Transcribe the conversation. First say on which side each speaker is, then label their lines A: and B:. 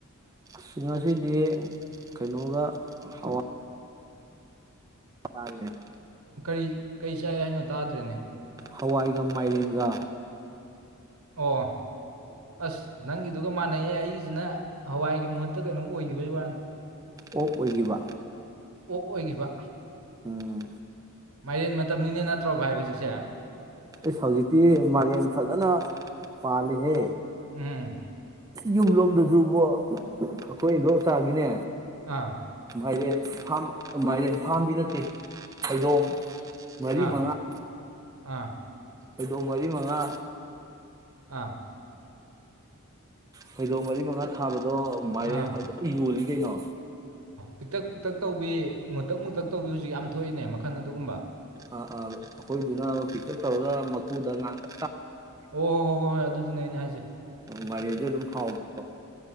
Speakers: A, on the right (about 15°); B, on the right (about 85°).
A: ꯁꯤꯡ ꯑꯁꯤꯗꯤ ꯀꯩꯅꯣꯒ ꯍꯋꯥ ꯇꯔꯦꯠ
B: ꯀꯔꯤ ꯀꯩ ꯆꯥꯏ ꯍꯥꯏꯅꯣ ꯇꯥꯗ꯭ꯔꯦꯅꯦ
A: ꯍꯋꯥꯏꯒ ꯃꯥꯏꯔꯦꯟꯒ
B: ꯑꯣ ꯑꯁ ꯅꯪꯒꯤꯗꯨꯒ ꯃꯥꯟꯅꯩꯑꯌꯦ ꯑꯩꯒꯤꯁꯤꯅ ꯍꯋꯥꯏꯒꯤ ꯃꯍꯨꯠꯇ ꯀꯩꯅꯣꯝ ꯑꯣꯏꯈꯤꯕꯩ ꯋꯥꯅꯤ
A: ꯑꯣꯛ ꯑꯣꯏꯈꯤꯕ
B: ꯑꯣꯛ ꯑꯣꯏꯈꯤꯕ
A: ꯎꯝ
B: ꯃꯥꯏꯔꯦꯟ ꯃꯇꯝꯅꯤꯅꯦ ꯅꯠꯇ꯭ꯔꯣ ꯚꯥꯏ ꯍꯧꯖꯤꯛꯁꯦ
A: ꯑꯦꯁ ꯍꯧꯖꯤꯛꯇꯤ ꯃꯥꯂꯦꯝꯦꯟ ꯐꯖꯅ ꯄꯥꯜꯂꯤꯍꯦ
B: ꯎꯝ
A: ꯌꯨꯝ ꯂꯣꯝꯗꯁꯨꯕꯣ ꯑꯩꯈꯣꯏ ꯂꯣꯛꯇꯥꯒꯤꯅꯦ
B: ꯑꯥ
A: ꯃꯥꯏꯔꯦꯝ ꯐꯥꯝ ꯃꯥꯏꯔꯦꯝ ꯐꯥꯝꯗꯤ ꯅꯠꯇꯦ ꯐꯩꯗꯣꯡꯝ ꯃꯔꯤ
B: ꯑꯥ
A: ꯃꯉꯥ
B: ꯑꯥ
A: ꯍꯗꯣ ꯃꯔꯤ ꯃꯉꯥ
B: ꯑꯥ
A: ꯐꯩꯗꯧ ꯃꯔꯤ ꯃꯉꯥ ꯊꯥꯕꯗ ꯑꯗꯣ ꯃꯥꯏꯔꯦꯟ
B: ꯑꯥ
A: ꯐꯖꯅ ꯌꯣꯜꯂꯤ ꯀꯩꯅꯣ
B: ꯄꯤꯛꯛꯇꯛ ꯄꯤꯛꯇꯛ ꯇꯧꯕꯤ ꯃꯨꯇꯛ ꯃꯨꯇꯛ ꯇꯧꯕꯤ ꯍꯧꯖꯤꯛ ꯌꯥꯝ ꯊꯣꯛꯏꯅꯦ ꯃꯈꯟ ꯑꯗꯨꯒꯨꯝꯕ
A: ꯑ ꯑꯥ ꯑꯩꯈꯣꯏꯗꯨꯅ ꯐꯤꯀꯔ ꯀꯧꯔꯒ ꯃꯀꯨꯗ ꯉꯇ
B: ꯑꯣ ꯍꯣ ꯍꯣ ꯍꯣꯏ ꯍꯣꯏ ꯑꯗꯨ ꯑꯗꯨꯅꯦ ꯑꯩꯅ ꯍꯥꯏꯖꯩ
A: ꯃꯥꯏꯩꯗꯤ ꯑꯗꯨꯝ ꯍꯥꯎꯕ